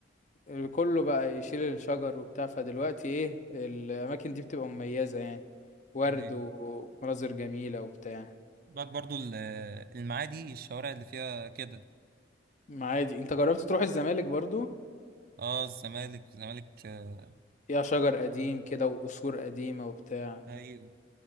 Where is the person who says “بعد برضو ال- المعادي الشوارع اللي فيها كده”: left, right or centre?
Right